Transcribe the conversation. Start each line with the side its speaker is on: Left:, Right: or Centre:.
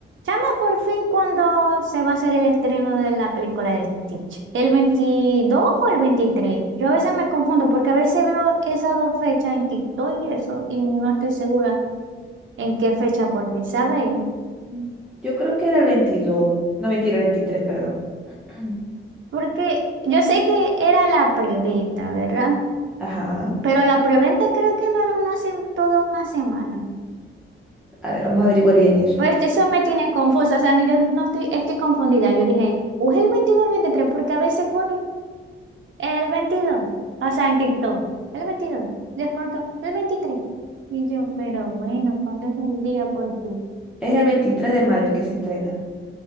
Right: Chama, por fin, ¿cuándo se va a hacer el estreno de la película de Stitch? ¿El 22 o el 23? Yo a veces me confundo porque a veces veo esas dos fechas en TikTok y eso, y no estoy segura en qué fecha por fin, ¿sabéis?
Centre: Mm, Yo creo que era el veintidós, No, mentira, el 23, perdón. <clears throat>
Right: Porque yo sé que era la preventa, ¿verdad?
Centre: Ajá.
Right: Pero la preventa creo que no era una sem- toda una semana.
Centre: A ver, vamos a averiguar bien eso.
Right: Pues eso me tiene confusa, o sea, no- yo no estoy, estoy confundida. Yo dije, ¿o es el 22 o el 23? Porque a veces ponen El 22, o sea, en TikTok, el 22, de pronto, el veintitrés Y yo, pero bueno, ¿cuándo es el día? por fin?
Centre: Es el 23 de mayo que se estrena.